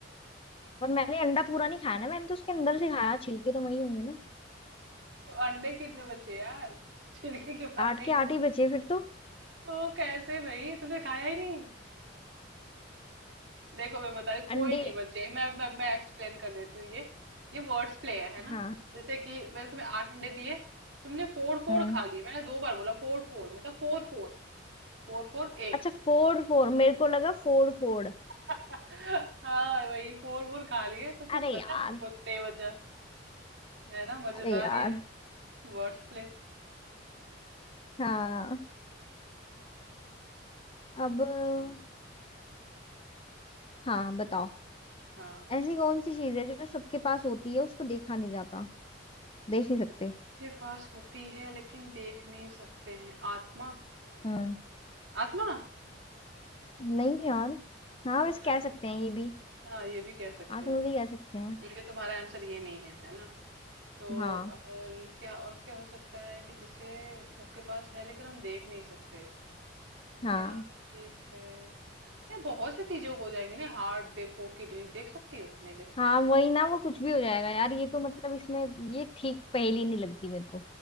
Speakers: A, on the left; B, on the right.
A: पर मैंने अंडा पूरा नहीं खाया ना मैंने तो उसके अंदर से खाया छिलके तो वही होंगे ना
B: तो अंडे कितने बचे यार छिलके की बात
A: आठ
B: नहीं
A: के
B: कर
A: आठ ही बचे फिर तो
B: ओ कैसे भाई तुमने खाया ही नहीं देखो मैं बता रही हूँ, कोई
A: अंडे
B: नहीं बचे मैं मैं, मैं एक्सप्लेन कर देती हूँ ये ये वर्ड्स प्ले है है ना
A: हाँ
B: जैसे कि मैंने तुम्हें आठ अंडे दिए तुमने फोर फोर
A: हम्म
B: खा लिए मैंने दो बार बोला फोर फोर मतलब four four four four eight
A: अच्छा फोड़ फोड़ मेरे को लगा फोड़ फोड़
B: <laughs> हाँ भाई फोर फोर खा लिए तो कुछ
A: अरे
B: बचा
A: यार
B: कुछ नहीं बचा है ना मजेदार
A: अरे यार
B: ये वर्ड्स प्ले
A: हाँ अब हाँ बताओ
B: हाँ पूछो
A: ऐसी कौन सी चीज है जो सबके पास होती है उसको देखा नहीं जाता देख नहीं सकते
B: के पास होती है लेकिन देख नहीं सकते हैं आत्मा
A: हम्म
B: आत्मा
A: नहीं यार हाँ
B: अच्छा
A: वैसे कह
B: अच्छा
A: सकते हैं ये भी
B: हाँ ये भी कह सकते
A: हाँ तुम्हें
B: हैं
A: भी कह सकते हैं
B: लेकिन तुम्हारा आंसर ये नहीं है है ना तो
A: हाँ
B: और क्या और क्या हो सकता है कि जिसे सबके पास है लेकिन हम देख नहीं सकते
A: हाँ
B: क्या चीज है यार बहुत सी चीजें हो जाएंगी ना हार्ट देखो किडनी देख सकती हो नहीं देख सकते
A: हाँ वही ना वो कुछ भी हो जाएगा यार ये तो मतलब इसमें ये ठीक पहेली नहीं लगती मेरे को